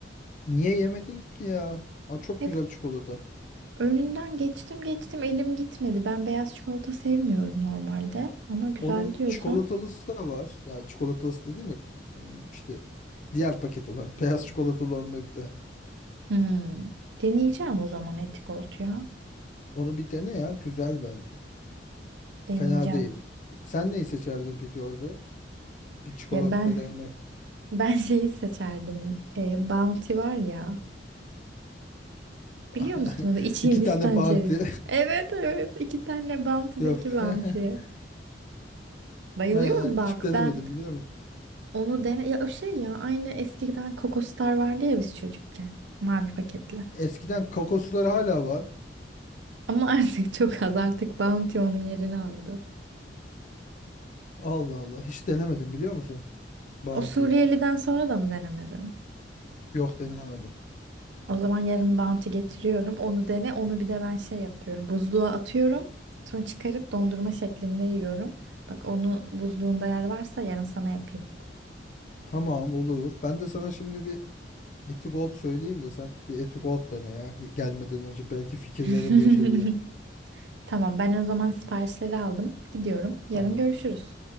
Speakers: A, on the left (about 45°); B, on the right (about 70°).
A: Niye yemedin ki ya? Aa, çok
B: Hep
A: güzel çikolata.
B: önünden geçtim geçtim elim gitmedi. Ben beyaz çikolata sevmiyorum normalde. Ama güzel
A: Onun
B: diyorsan.
A: çikolatalısı da var. Yani çikolatalısı dediğim mi? İşte diğer paket olan. <laughs> Beyaz çikolatalı olmayıp da.
B: Hmm, deneyeceğim o zaman etik ya.
A: Onu bir dene ya. Güzel bence.
B: Deneyeceğim.
A: Fena değil. Sen neyi seçerdin peki orada? Bir çikolata
B: Ya ben
A: reyonu.
B: <laughs> ben şeyi seçerdim. E, Bounty var ya.
A: <laughs>
B: Biliyor musun onu? İç
A: İki
B: Hindistan
A: tane Bounty.
B: cevizi. Evet evet. İki tane Bounty'deki
A: <laughs> Yok.
B: Bounty.
A: <laughs>
B: Bayılıyorum
A: Ha, Hiç
B: bak
A: denemedim
B: ben
A: biliyor musun?
B: onu dene ya o şey ya aynı eskiden Kokostar vardı ya biz çocukken mavi paketli.
A: Eskiden kokosları hala var.
B: Ama <laughs> artık çok az artık Bounty onun yerini aldı.
A: Allah Allah. Hiç denemedim biliyor musun? Bounty'yi.
B: O Suriyeli'den sonra da mı denemedin?
A: Yok denemedim.
B: O zaman yarın Bounty getiriyorum onu dene onu bir de ben şey yapıyorum buzluğa atıyorum sonra çıkarıp dondurma şeklinde yiyorum. Bak onu buzluğunda yer varsa yarın sana yapayım.
A: Tamam olur. Ben de sana şimdi bir Eti Gold söyleyeyim de sen bir Eti Gold dene ya. Gelmeden önce belki fikirlerin
B: <laughs>
A: değişebilir.
B: Tamam ben o zaman siparişleri aldım gidiyorum yarın
A: Tamam.
B: görüşürüz.